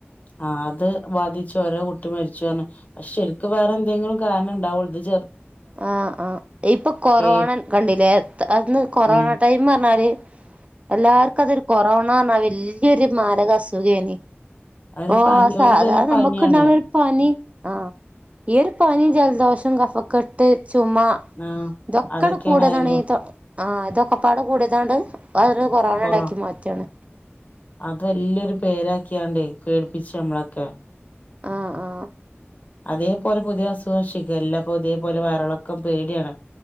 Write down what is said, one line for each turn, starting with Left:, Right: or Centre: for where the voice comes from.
Left: ആ അത് ബാധിച്ചു ഓരോ കുട്ടി മരിച്ചു പറഞ് അത് ശെരിക്കും വേറെ എന്തെങ്കിലും കാരണം ഉണ്ടാവുള്ളില്
Right: ആഹ് ആഹ് ഇപ്പൊ കൊറോണ
Left: പേ
Right: കണ്ടില്ലേ അന്ന് കൊറോണ
Left: ഉം
Right: ടൈം പറഞ്ഞാല് എല്ലാർക്കും അതൊരു കൊറോണ പറഞ്ഞാ വല്യയൊരു മാരക അസുഖേനി
Left: അവന്
Right: ഓ
Left: പനി
Right: അത് സാതാ
Left: ഒരു തരം പനിയാണ്
Right: നമ്മക്ക് ഉണ്ടാകുന്ന ഒരു പനി ആഹ ഈ ഒരു പനി ജലദോഷം കഫക്കട്ട് ചുമ്
Left: ആഹ്
Right: ഇതൊക്കെടെ
Left: അതൊക്കെയാണായാലും
Right: കൂടിയതാണ് ആഹ് ഇതൊക്കെ പാടെ കൂടതാണ്ട് അ അതരു കൊറോണ
Left: കൊറോ
Right: യാക്കി മാറ്റുകയാണ്
Left: അത് വലിയ ഒരു പേരാക്കിക്കണ്ടു പേടിപ്പിച്ചു നമ്മളൊക്കെ
Right: ആ ആ
Left: അതേപോലെ പുതിയ അസുഖഷിഗല്ല തേപോലെ വയറിളക്കം പേടിയാണ്